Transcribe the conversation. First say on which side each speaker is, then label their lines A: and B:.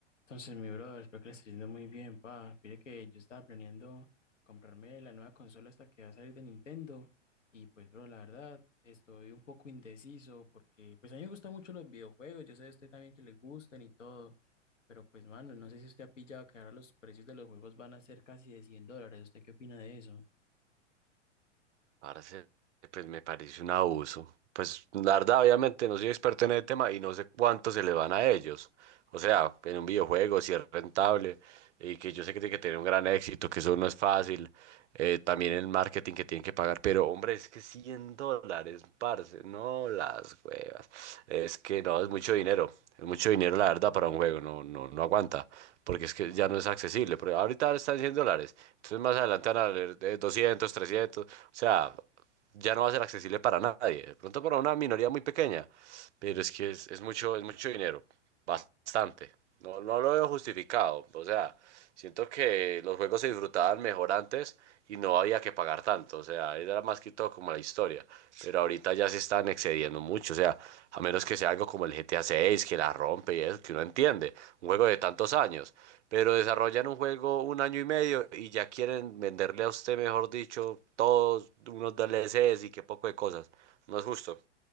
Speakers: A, on the left; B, on the right.
A: Entonces, mi brother, espero que le esté yendo muy bien, pa. Mire que yo estaba planeando comprarme la nueva consola hasta que va a salir de Nintendo. Y pues, bro, la verdad, estoy un poco indeciso porque, pues, a mí me gustan mucho los videojuegos. Yo sé a usted también que le gustan y todo. Pero, pues, mano, no sé si usted ha pillado que ahora los precios de los juegos van a ser casi de 100 dólares. ¿Usted qué opina de eso?
B: Parce, pues me parece un abuso. Pues la verdad, obviamente no soy experto en el tema y no sé cuánto se le van a ellos. O sea, en un videojuego, si es rentable y que yo sé que tiene que tener un gran éxito, que eso no es fácil. eh, también el marketing que tienen que pagar. Pero hombre, es que 100 dólares, parce, no las huevas. Es que no, es mucho dinero. Es mucho dinero, la verdad, para un juego. No, no, no aguanta porque es que ya no es accesible, pero ahorita están 100 dólares, entonces más adelante van a valer eh, 200 trescientos o sea, ya no va a ser accesible para nadie, de pronto para una minoría muy pequeña, pero es que es, es mucho, es mucho dinero, bastante, no, no lo veo justificado, o sea, Siento que los juegos se disfrutaban mejor antes y no había que pagar tanto, o sea, era más que todo como la historia, pero ahorita ya se están excediendo mucho, o sea, a menos que sea algo como el GTA 6 que la rompe y eso, que uno entiende, un juego de tantos años, pero desarrollan un juego un año y medio y ya quieren venderle a usted, mejor dicho, todos unos DLCs y qué poco de cosas, no es justo.